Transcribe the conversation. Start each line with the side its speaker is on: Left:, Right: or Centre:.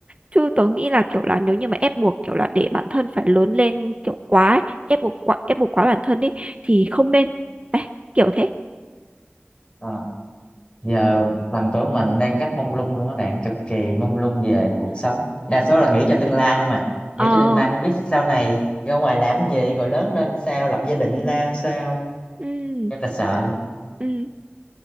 Right: chứ tớ nghĩ là kiểu là nếu như mà ép buộc kiểu là để bản thân phải lớn lên kiểu quá ấy, ép buộc quá ép buộc quá bản thân đi thì không nên Đấy, kiểu thế
Left: Ờ, giờ bằng tuổi mình đang rất mông lung luôn các bạn cực kỳ mông lung về cuộc sống đa số là nghĩ cho tương lai không à
Right: Ờ,
Left: nghĩ cho tương lai không biết sau này ra ngoài làm gì rồi lớn lên sao lập gia đình ra sao
Right: ừ,
Left: rất là sợ
Right: ừ.